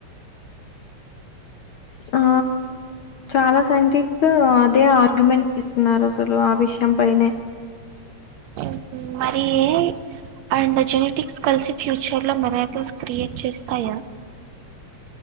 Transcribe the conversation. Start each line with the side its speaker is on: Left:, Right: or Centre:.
Left: ఆ చాలా సైంటిస్ట్ అదే ఆర్గ్యుమెంట్ ఇస్తున్నారు అసలు ఆ విషయం పైనే
Right: ఉహు మరి ఏ అండ్ జెనెటిక్స్ కల్సి ఫ్యూచర్ లో మిరాకిల్స్ క్రియేట్ చేస్తాయా